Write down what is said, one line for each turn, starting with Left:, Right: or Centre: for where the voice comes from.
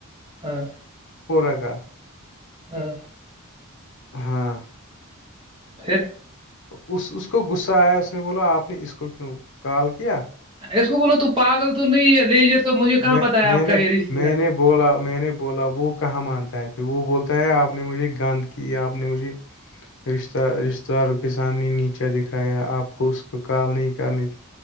Right: ہاں
Left: پورہ کا
Right: ہوں
Left: ہاں
Right: پھر
Left: اس اس کو غصہ آیا اس میں بولو آپ نے اس کو کیوں کال کیا
Right: اس کو بولو تو پاگل تو نہیں ہے لیجر تو مجھے کہاں
Left: میں
Right: پتہ ہے
Left: میں
Right: آپ
Left: نے
Right: کا یہ رش
Left: میں نے بولا میں نے بولا وہ کہاں مانتا ہے پھر وہ بولتا ہے آپ نے مجھے گند کی آپ نے مجھے رشتہ رشتتے داروں کے سامنے نیچا دکھایا آپ کو اس کو کال نہیں کرنی تھی